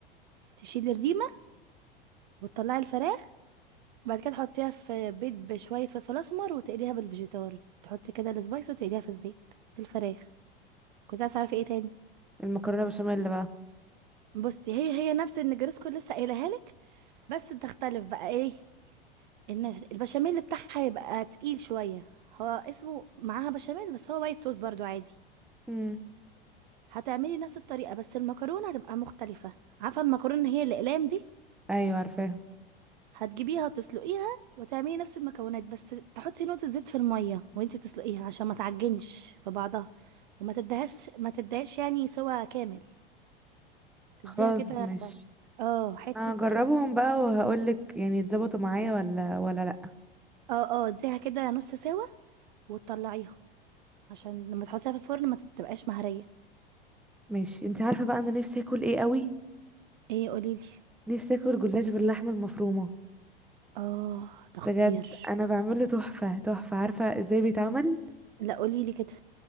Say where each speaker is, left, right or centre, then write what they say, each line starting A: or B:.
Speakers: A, on the right; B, in the centre.
A: تشيلي الريمة وتطلعي الفراخ بعد كده تحطيها في بيض بشوية فلفل أسمر وتقليها بالفيجيتار تحطي كده السبايس وتقليها في الزيت دي الفراخ كنت عايزة أعرف ايه تاني
B: المكرونه بشاميل بقى
A: بصي هي هي نفس النجرسكو اللي لسه قايلها لك بس تختلف بقى ايه ان البشاميل بتاعها يبقى تقيل شوية هو اسمه معاها بشاميل بس هو وايت صوص برضو عادي
B: امم
A: هتعملي نفس الطريقة بس المكرونة هتبقى مختلفة عارفة المكرونة اللي هي الأقلام دي
B: ايوه عارفاه
A: هتجيبيها وتسلقيها وتعملي نفس المكونات بس تحطي نقطة زيت في المية وانتي تسلقيها عشان ما تعجنش في بعضها وما تدهش ما تدهش يعني سوا كامل تديها
B: خلاص
A: كده
B: ماشي
A: اه حتة
B: انا هجربهم بقى وهقول لك يعني اتظبطوا معايا ولا ولا لا
A: اه اه اديها كده نص سوا وتطلعيها عشان لما تحطيها في الفرن ما تبقاش مهرية
B: ماشي انت عارفه بقى انا نفسي اكل ايه قوي
A: ايه قوليلي
B: نفسي اكل جلاش باللحمه المفرومه
A: اه ده خطير
B: بجد انا بعمله تحفه تحفه عارفه ازاي بيتعمل
A: لا قوليلي كده